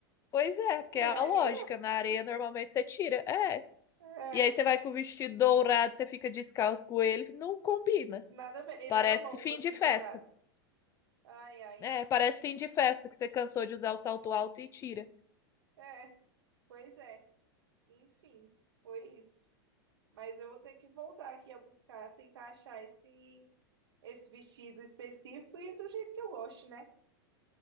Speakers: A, on the left; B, on the right.
A: Pois é, porque
B: E
A: é a
B: areia?
A: lógica. Na areia, normalmente você tira. É.
B: É,
A: E aí você vai com o vestido dourado, você fica descalço com ele. Não combina.
B: nada a ver. Ele
A: Parece
B: era longo,
A: fim
B: assim,
A: de festa.
B: dourado. Ai, ai.
A: É, parece
B: <laughs>
A: fim de festa que você cansou de usar o salto alto e tira.
B: É, pois é. Enfim, foi isso. Mas eu vou ter que voltar aqui a buscar, tentar achar esse, esse vestido específico e do jeito que eu gosto, né?